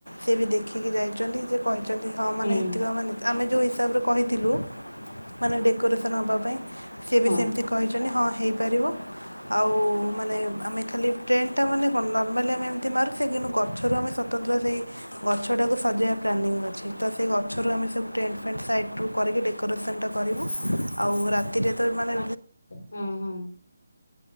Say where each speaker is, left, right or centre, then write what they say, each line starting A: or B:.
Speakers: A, on the left; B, on the left.
A: ସେ ବି ଦେଖିକି ଯାଇଛନ୍ତି ସେ କହିଛନ୍ତି ହଁ ମାନେ
B: ହୁଁ
A: ଏତିକି ମାନେ ଆମେ ଯୋଉ ହିସାବରେ କହିଥିଲୁ ମାନେ ଡେକୋରେସନ ହବା ପାଇଁ ସିଏ ବି
B: ହଁ
A: ସେମିତି କ କହିଛନ୍ତି ହଁ ହେଇ ପାରିବ ଆଉ ମାନେ ଆମେ ଖାଲି ଟେଣ୍ଟ ଟା ମାନେ କଣ ନର୍ମାଲି ଆମେ ଏମତି ମାରୁଚେ କିନ୍ତୁ ଗଛରୁ ଆମେ ସ ସତତ ସେଇ ଗଛଟାକୁ ସଜେଇବା ପ୍ଲାନିଂ ଅଛି ତ ସେ ଗଛରୁ ଆମେ ସବୁ ଟେଣ୍ଟ ଫେଣ୍ଟ ସାଇଡ ରୁ କରିକି ଡେକୋରେସନ୍ ଟା କରିବୁ ଆଉ ରାତିରେ ତ ମାନେ
B: ହଁ, ହଁ।